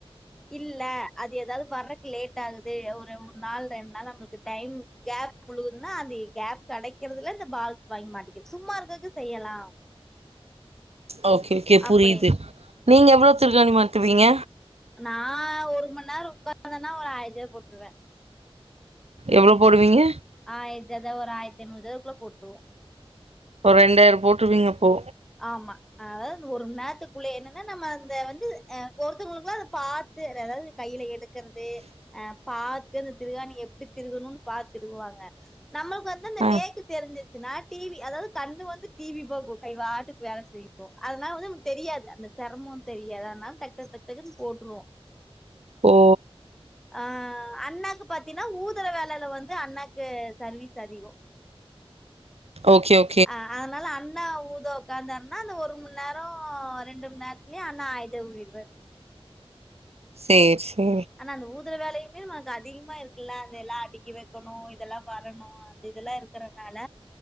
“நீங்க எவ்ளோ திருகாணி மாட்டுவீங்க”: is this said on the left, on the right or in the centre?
Right